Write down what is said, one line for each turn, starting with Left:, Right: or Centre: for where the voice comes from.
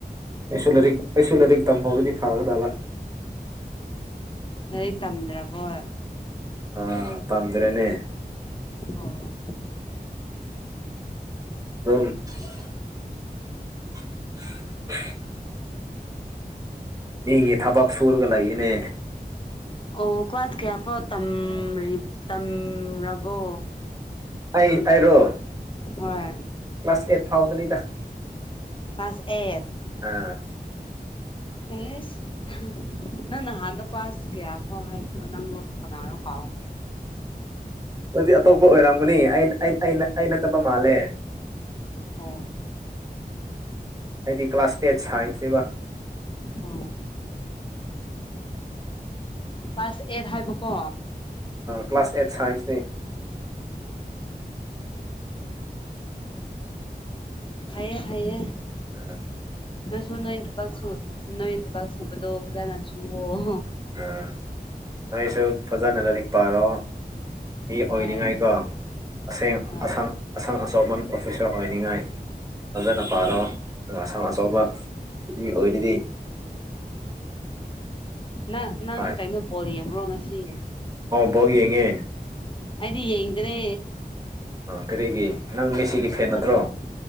Right: ꯑꯩꯁꯨ
Left: ꯍꯣꯏ
Right: ꯂꯥꯏꯔꯤꯛ ꯑꯩꯁꯨ ꯂꯥꯏꯔꯤꯛ ꯇꯝꯍꯧꯔꯗꯤ ꯐꯒꯗꯕ
Left: ꯂꯥꯏꯔꯤꯛ ꯇꯝꯗ꯭ꯔꯕꯣ
Right: ꯑꯥ ꯇꯝꯗ꯭ꯔꯦꯅꯦ
Left: ꯑꯣ
Right: <unintelligible> <inaudible> ꯃꯤꯒꯤ ꯊꯕꯛ ꯁꯨꯔꯒ ꯂꯩꯏꯅꯦ
Left: ꯑꯣ ꯀ꯭ꯋꯥꯁ ꯀꯌꯥ ꯐꯥꯎ ꯇꯝꯔꯤ ꯇꯝꯔꯕꯣ
Right: ꯑꯩ ꯑꯩꯔꯣ
Left: ꯍꯣꯏ
Right: ꯄ꯭ꯂꯁ ꯑꯦꯠ ꯊꯥꯎꯗꯅꯤꯗ
Left: ꯀ꯭ꯂꯥꯁ ꯑꯦꯠ
Right: ꯑꯥ
Left: ꯑꯦꯁ ꯅꯪ ꯅꯍꯥꯟꯗꯣ ꯀ꯭ꯂꯥꯁ ꯀꯌꯥ ꯐꯥꯎ ꯍꯥꯏꯕ꯭ꯔ ꯅꯪꯔꫭ ꯀꯅꯥꯅꯣ ꯀꯥꯎ <inaudible>
Right: ꯑꯗꯨꯗꯤ ꯑꯇꯣꯞꯄ ꯑꯣꯏꯔꯝꯒꯅꯤ ꯑꯩꯅ ꯑꯩꯅ ꯆꯠꯕ ꯃꯥꯜꯂꯦ
Left: ꯑꯣ
Right: ꯍꯥꯏꯗꯤ ꯀ꯭ꯂꯥꯁ ꯑꯦꯠ ꯁꯥꯏꯟꯁꯅꯦꯕ
Left: ꯑꯣ ꯀ꯭ꯂꯥꯁ ꯑꯦꯠ ꯍꯥꯏꯕꯀꯣ
Right: ꯀ꯭ꯂꯥꯁ ꯑꯦꯠ ꯁꯥꯏꯟꯁꯅꯤ
Left: ꯐꯩꯌꯦ ꯐꯩꯌꯦ
Right: ꯑꯥ
Left: ꯅꯣꯏꯁꯨ ꯅꯣꯏ ꯊꯕꯛꯁꯨ ꯅꯣꯏ ꯊꯕꯛ ꯁꯨꯕꯗꫭ ꯐꯖꯥꯅ ꯁꯨꯋꫭ
Right: ꯑ ꯅꫭꯏꯁꯨ ꯐꯖꯅ ꯂꯥꯏꯔꯤꯛ ꯄꯥꯔꯣ ꯃꯤ
Left: ꯍꯣꯏ
Right: ꯑꯣꯏꯅꯤꯉꯥꯏꯀꯣ ꯑꯁꯦꯡ
Left: ꯍꯣꯏ
Right: ꯑꯁꯥꯡ ꯑꯁꯥꯡ ꯑꯆꯧꯕ ꯑꯣꯐꯤꯁꯥꫪ ꯑꯣꯏꯅꯤꯡꯉꯥꯏ ꯐꯖꯅ ꯄꯥꯔꯣ
Left: ꯎꯝ ꯍꯣꯏ
Right: ꯑꯁꯪ ꯑꯆꯧꯕ ꯃꯤ ꯑꯣꯏꯔꯗꯤ
Left: ꯅꯪ ꯅꯪ
Right: ꯍꯣꯏ
Left: ꯀꯩꯅꯣ ꯄꯣꯜ ꯌꯦꯡꯕ꯭ꯔꯣ ꯉꯁꯤ
Right: ꯕꯡꯜ ꯌꯦꯡꯉꯦ
Left: ꯑꯩꯗꯤ ꯌꯦꯡꯗ꯭ꯔꯦ
Right: ꯀꯔꯤꯒꯤ ꯅꯪ ꯃꯦꯁꯤꯒꯤ ꯐꯦꯟ ꯅꯠꯇ꯭ꯔꯣ
Left: ꯑꯁ